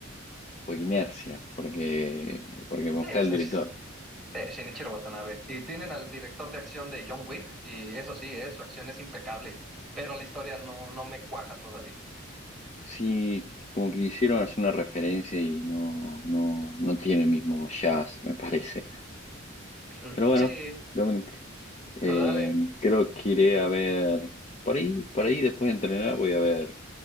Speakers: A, on the left; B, in the centre.
A: por inercia, porque, porque me
B: Sí,
A: gusta
B: pues
A: el
B: es,
A: director.
B: es Shinichiro Watanabe. Y tienen al director de acción de John Wick, y eso sí, eh, su acción es impecable, pero la historia no, no me cuaja todavía.
A: Sí, como que hicieron hacer una referencia y no, no, no tiene el mismo jazz, me parece.
B: Mm,
A: Pero bueno,
B: Sí,
A: Dominic, eh,
B: dale,
A: creo que iré a ver, por ahí, por ahí después de entrenar voy a ver